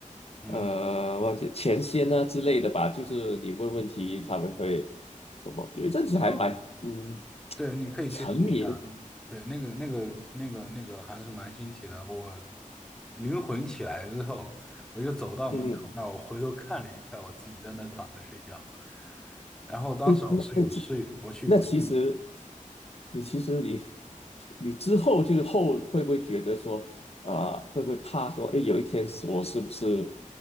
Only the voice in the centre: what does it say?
嗯
嗯，对，你可以去试一下。
嗯对，那个那个那个那个还是蛮新奇的。我灵魂起来之后，我就走到门口那儿，
我回头看了一下，我自己在那躺着睡觉。然后当时我是有室友我去我去，